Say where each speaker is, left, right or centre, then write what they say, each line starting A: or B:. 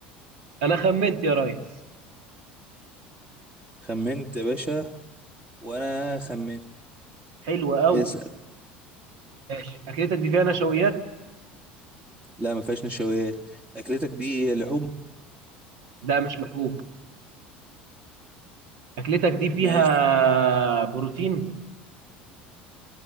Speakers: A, on the right (about 75°); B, on the right (about 20°).
A: انا خمنت يا ريس
B: خمنت يا باشا وأنا خمنت
A: حلو قوي
B: اسأل
A: ماشي اكلتك دي فيها نشويات
B: لا ما فيهاش نشويات أكلتك دي لحوم
A: لا مش لحوم اكلتك دي فيها
B: ماشي
A: بروتين